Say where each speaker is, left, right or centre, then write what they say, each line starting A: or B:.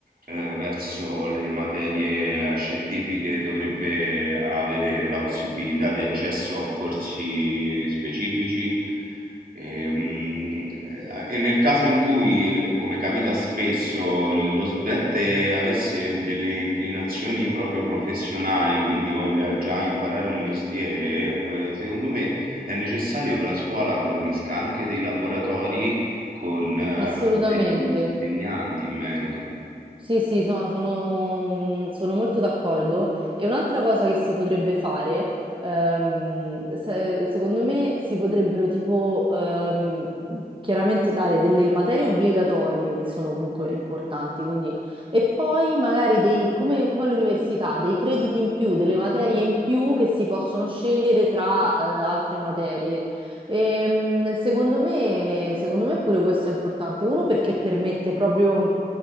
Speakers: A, on the right; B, on the right.
A: eh, verso le materie scientifiche, dovrebbe avere la possibilità di accesso a corsi specifici Ehm, eh, E, nel caso in cui, eh, come capita spesso, lo studente avesse delle inclinazioni proprio professionali, quindi voglia già imparare un mestiere, eh, secondo me è necessario che la scuola fornisca anche dei laboratori con, eh,
B: Assolutamente.
A: degli insegnanti in merito.
B: Sì, sì, so- sono, mhmm, sono molto d'accordo. E un'altra cosa che si potrebbe fare, ehm, se- secondo me, si potrebbero tipo ehm, chiaramente dare delle materie obbligatorie che sono comunque importanti, quindi, e poi magari dei, come, come all'università, dei crediti in più, delle materie in più che si possono scegliere tra eh, altre materie. Ehm, secondo me, secondo me pure questo è importante. Uno perché permette proprio